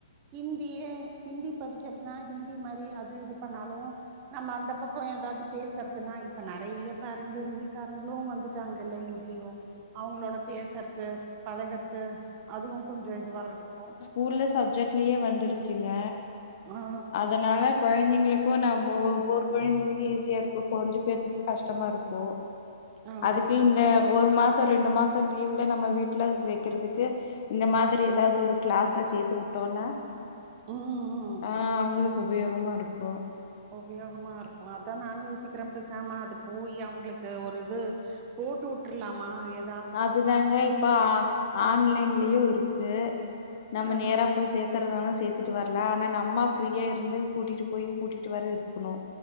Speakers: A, on the right; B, on the left.
A: ஹிந்தியே ஹிந்தி படிக்கற்தா ஹிந்தி மாரியே அது இது பண்ணாலு நம்ம அந்த பக்கோ எதாது பேசறதுன்னா இப்ப நெறைய பாருங்க ஹிந்திக்காரங்களு வந்துட்டாங்கல்ல இங்கயு அவங்களோட பேசற்து பழகற்து அதுவு கொஞ்சோ இதுவா இருக்கு
B: உள்ள சப்ஜெக்ட்லியே வந்துருச்சுங்க
A: ஆ
B: அதனால கொழந்தைங்களுக் கு நம்மோ ஒவ்வொரு கொழந்தைங்களுக்கு ஈஸியா இருக்கு கொஞ்ச பேத்துக்கு கஷ்டமா இருக்கு
A: ஆமா
B: அதுக்கு இந்த ஒரு மாச ரெண்டு மாச டீவ்ல நம்ம வீட்லஸ் வெக்கறதுக்கு இந்த மாதிரி ஏதாவது ஒரு கிளாஸ்ல சேர்த்து உட்டோனா
A: ம் ம்
B: ஆ அவுங்ளுக் உபயோகமா இருக்கு
A: உபயோகமா இருக்கு அதா நானு யோசிக்கிற பேசாம அது போயி அவுங்ளுக்கு ஒரு இது போட்டு உட்ரலாமா எ
B: அதுதாங்க இப்ப ஆ ஆன்லைன்லயு இருக்கு, நம்ம
A: ஆ
B: நேரா போய் சேத் சுத்தரதானு சேர்த்துட்டு வர்ல ஆனா நம்ம ஃப்ரீயா இருந்து கூட்டிட்டு போய் கூட்டிட்டு வர இருக்ணு